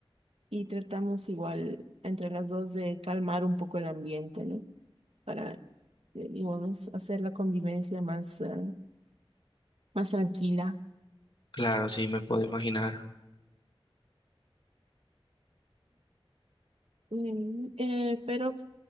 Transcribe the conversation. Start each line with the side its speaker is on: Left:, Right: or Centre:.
Right: y tratamos igual entre las dos de calmar un poco el ambiente, ¿no? Para, eh, digamos, hacer la convivencia más, eh, más tranquila.
Left: Claro, sí, me puedo imaginar.
Right: Mm, eh, pero